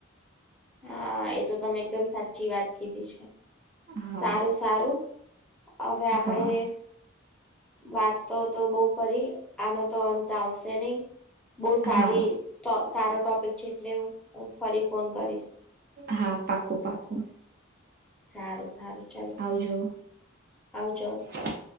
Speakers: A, in the centre; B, on the right.
A: હા એ તો તમે એકદમ સાચી વાત કીધી છે.
B: હા
A: સારું સારું અવે આપડે
B: હા
A: વાત તો તો બો કરી આનો તો અંત આવશે નહી બો સારી
B: હા
A: ટો સારો ટોપિક છે, એટલે હુ હું ફરી ફોન કરીશ.
B: હા પાકું પાકું
A: સારું સારું ચાલો.
B: આવજો.
A: આવજો.
B: <inaudible>